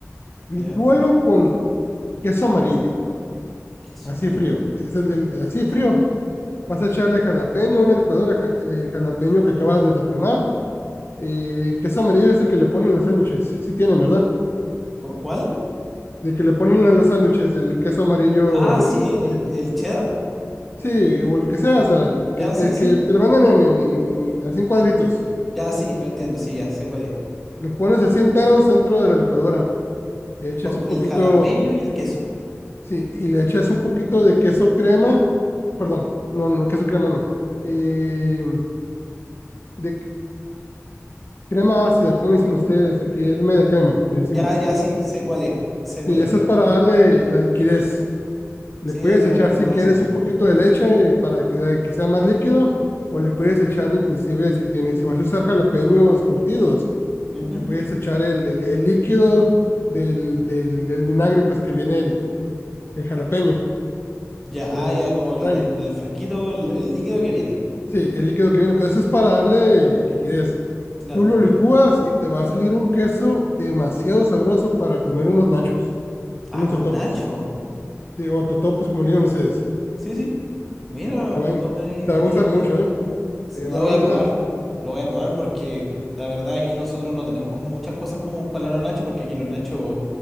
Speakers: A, on the left (about 50°); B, in the centre.
A: Licúalo
B: Ya.
A: con queso amarillo,
B: Queso
A: así
B: amarillo.
A: frío. Es el del, así frío. Vas a echarle jalapeño, una licuadora ja- del jalapeño que acabas de tatemar. eh, queso amarillo ese que le ponen en los sándwiches. Sí tienen, ¿verdad?
B: ¿Cu- ¿Cuál?
A: De que le ponen en los sándwiches el queso amarillo
B: Ah, sí,
A: en
B: el,
A: cuadritos.
B: el cheddar.
A: Sí, o el que sea, o sea, el
B: Ya,
A: que,
B: sí,
A: el
B: sí.
A: que te lo venden en, en, en, en- así en cuadritos.
B: Ya, sí, lo entiendo, sí, ya sé cuál
A: Sí.
B: es.
A: Los pones así enteros dentro de la licuadora. Le echas
B: To-
A: un
B: El
A: poquito
B: jalapeño y el queso.
A: Sí, y le echas un poquito de queso crema, perdón, no, no queso crema no, eh, de c- crema ácida, ¿Cómo le dicen ustedes? Aquí es media crema, le decimos.
B: Ya, ya, sí, sé cuál es. Sé cuál
A: Sí,
B: es.
A: eso es para darle la liquidez. Le
B: Sí,
A: puedes echar
B: la crema
A: si quieres
B: ácida.
A: un poquito de leche
B: Ujú,
A: eh, para que, que sea más líquido, o le puedes echar inclusive si tienes, si vas a usar jalapeños curtidos,
B: ujú.
A: le puedes echar el, el, el líquido del, del el vinagre, pues que viene el, el jalapeño,
B: Ya,
A: el,
B: ah,
A: el
B: ya, como el-
A: lime.
B: en el frasquito, el, el líquido que viene.
A: Sí, el líquido que viene, pero eso es para darle liquidez.
B: Claro.
A: Tú lo licúas y te va a salir un queso demasiado sabroso para comer unos nachos,
B: Ah,
A: unos
B: con
A: totopos.
B: Nacho.
A: Sí, o totopos, como le digo, no sé. es-
B: Sí, sí. Mira,
A: Te van,
B: no tenía,
A: te
B: no
A: va a gustar
B: tenía idea
A: mucho,
B: que podía-
A: ¿eh?
B: Sí,
A: Te va
B: Lo voy
A: a gustar
B: a probar.
A: mucho.
B: Lo voy a probar porque la verdad aquí nosotros no tenemos como muchas cosas como para los nachos porque aquí los nachos